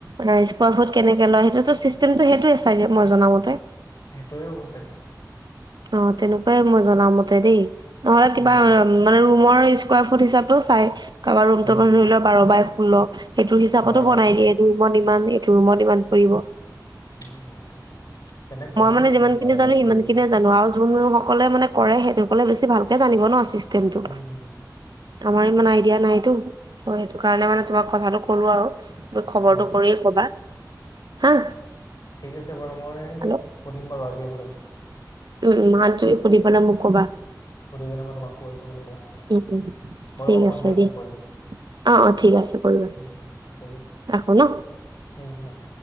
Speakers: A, on the right (about 80°); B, on the left (about 55°).
A: া <unintelligible> স্কোৱাৰ ফুট কেনেকে লয়, সেইটোতো চিষ্টেমটো সেইটোৱে চাগে মই জনা মতে।
B: সেইটোৱে হ'ব চাগে।
A: অ' তেনেকুৱাই মই জনা মতে দেই। নহলে
B: উম
A: কিবা মানে ৰুমৰ স্কুৱাৰ ৰ ফুট হিচাপেও চাই। কাৰোবাৰ ৰুমটো
B: উম
A: ধৰি লও বাৰ বাই ষোল্ল। সেইটো হিচাপতো
B: বাৰ বাৰ
A: বনাই
B: ষোল্ল
A: দিয়ে, এইটো ৰুমত ইমান এইটো ৰুমত ইমান। কৰিব।
B: উম তেনে কমেই
A: মই মানে
B: হ'ব
A: যিমান
B: চাগে
A: খিনি
B: বাৰ
A: জানো
B: বাৰ ষোল্ল
A: সিমান
B: যদি
A: খিনিয়ে জানো আৰু যোন সকলে মানে কৰে, সেই সকলে বেছি ভালকে জানিব ন। চিষ্টেমটো।
B: উম হম।
A: আমাৰ ইমান আইডিয়া নাইতো, সেইটো কাৰণে মানে তোমাক কথাটো কলো আৰু। ত খবৰটো
B: অ
A: কৰিয়ে ক'বা হা।
B: ঠিক আছে বাৰু মই সুধিম
A: হেল্ল'
B: বাৰু আজিয়ে সুধিম।
A: উম মে সুধি পেলাই মোক কবা।
B: সুধি কিনে মই তোমাক কৈ আছো বাৰু দিয়া। মই
A: উম উম ঠিক
B: তোমাক সন্ধিয়া
A: আছে দিয়া
B: ফোন কৰিম।
A: অ অ ঠিক আছে কৰিবা
B: উম উম ঠিক আছে
A: ৰাখো ন।
B: উম হম